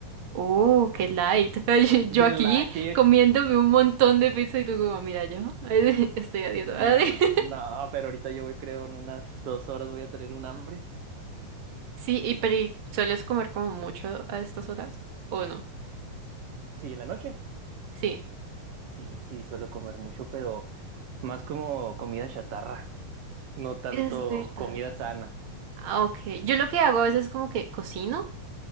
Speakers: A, on the right (about 50°); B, on the right (about 75°).
A: Oh, qué light. <laughs> Ay, Yo
B: Bien
A: aquí
B: light, tío.
A: comiéndome un montón de pizza y tú como, mira, yo <laughs> estoy a dieta. <laughs>
B: Mm, No, pero ahorita yo voy, creo, en unas dos horas voy a tener un hambre.
A: Sí, y pero ¿y ¿sueles comer como mucho a estas horas? ¿O no?
B: Sí, en la noche.
A: Sí.
B: Sí, sí, suelo comer mucho, pero más como comida chatarra, no tanto
A: Es verdad.
B: comida sana.
A: Ah, ok. Yo lo que hago a veces es como que cocino